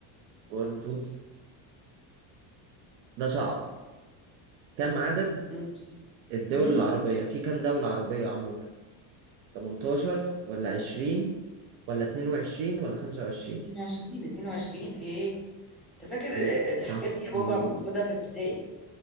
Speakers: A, on the right; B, in the centre.
A: برضو ده صعب كم عدد
B: ماشي.
A: الدول
B: امم
A: العربية في كم دولة عربية عموما 18 ولا 20 ولا 22 ولا 25
B: 22 22 في ايه انت فاكر
A: مظبوط
B: الحاجات
A: صح
B: دي يا
A: دي
B: بابا بناخدها في ابتدائي